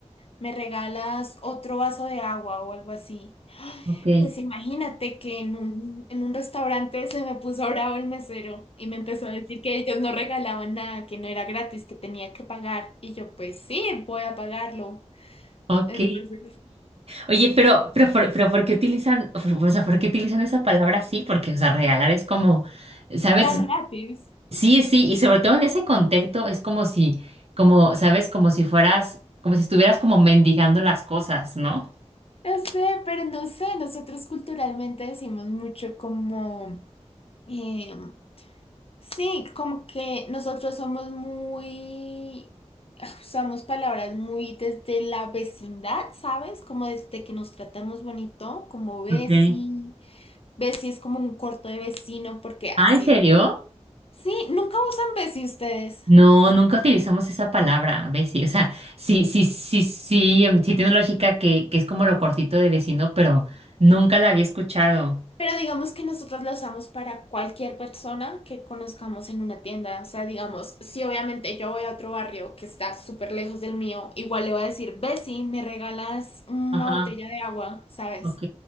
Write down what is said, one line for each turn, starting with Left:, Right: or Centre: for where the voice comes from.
Left: me regalas otro vaso de agua o algo así.
Right: ok.
Left: Pues imagínate que en un, en un restaurante se me puso bravo el mesero y me empezó a decir que ellos no regalaban nada, que no era gratis, que tenía que pagar. Y yo, pues sí, voy a pagarlo.
Right: Ok.
Left: Entonces,
Right: Oye, pero, pero, por- pero, ¿por qué utilizan, por- o sea, por qué utilizan esa palabra así? Porque, o sea, regalar es como, ¿sabes?
Left: dar gratis.
Right: Sí, sí, y sobre todo en ese contexto es como si, como, ¿sabes? Como si fueras, como si estuvieras como mendigando las cosas, ¿no?
Left: No sé, pero no sé, nosotros culturalmente decimos mucho como, eh, sí, como que nosotros somos muy, ah, usamos palabras muy desde la vecindad, ¿sabes? Como desde que nos tratamos bonito, como veci,
Right: Ok.
Left: veci es como un corto de vecino, porque así,
Right: Ah, ¿en serio?
Left: sí, nunca usan veci ustedes.
Right: No, nunca utilizamos esa palabra, Bessie. O sea, sí, sí, sí, sí, em, sí tiene lógica que, que es como lo cortito de vecino, pero nunca la había escuchado.
Left: Pero digamos que nosotros la usamos para cualquier persona que conozcamos en una tienda. O sea, digamos, si obviamente yo voy a otro barrio que está súper lejos del mío, igual le voy a decir, Bessie, ¿me regalas una
Right: Ajá,
Left: botella de agua? ¿Sabes?
Right: ok.